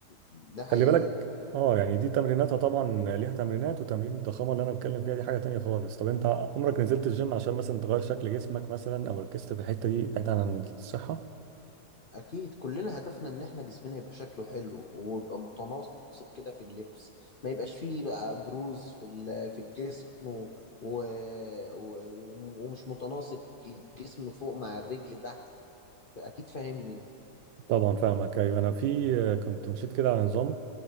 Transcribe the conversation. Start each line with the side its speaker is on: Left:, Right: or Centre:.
Left: ده حقيقة
Right: خلي بالك اه يعني دي تمريناتها طبعا ليها تمرينات وتمرين الضخامه اللي انا بتكلم فيها دي حاجه تانية خالص طب انت عمرك نزلت الجيم عشان مثلا تغير شكل جسمك مثلا او ركزت في الحته دي بعيدا عن الصحه
Left: اكيد كلنا هدفنا ان احنا جسمنا يبقى شكله حلو ويبقى متناسق كده في اللبس ما يبقاش فيه بقى بروز في ال- في الجسم و... و... و... ومش متناسق الجسم فوق مع الرجل تحت فاكيد فاهمني انت
Right: طبعا فاهمك ايوه انا في كنت مشيت كده على نظام